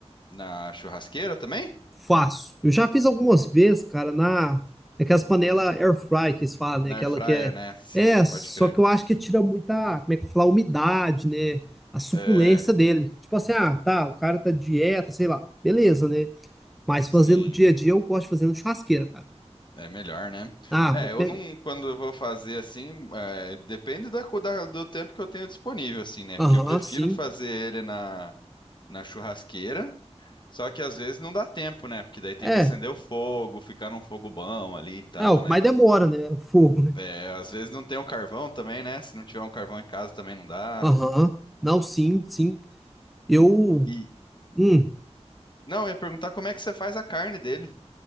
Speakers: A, on the left (about 40°); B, in the centre.
A: na churrasqueira também?
B: Faço. Eu já fiz algumas vezes, cara, na, naquelas panelas air fry que eles falam, né?
A: Na
B: Aquela
A: air fryer,
B: que é.
A: né? Sim,
B: É,
A: pode
B: só
A: crer.
B: que eu acho que tira muita, como é que fala, umidade, né? A suculência
A: É,
B: dele. Tipo assim, ah, tá, o cara tá dieta, sei lá. Beleza, né? Mas fazer
A: sim,
B: no dia a dia eu gosto de fazer no churrasqueira, cara.
A: é melhor, né?
B: Ah,
A: É,
B: muito
A: eu
B: melhor.
A: não, quando eu vou fazer assim, é, depende da, co- da- do tempo que eu tenho disponível, assim, né?
B: Aham,
A: Porque eu prefiro
B: sim.
A: fazer ele na, na churrasqueira, só que às vezes não dá tempo, né? Porque daí tem
B: É,
A: que acender o fogo, ficar num fogo bom ali e tal,
B: Ah,
A: né?
B: mas demora, né? O fogo, né?
A: É, às vezes não tem o carvão também, né? Se não tiver um carvão em casa também não dá.
B: Aham. Não, sim, sim. Eu.
A: E,
B: Hum.
A: não, eu ia perguntar como é que você faz a carne dele.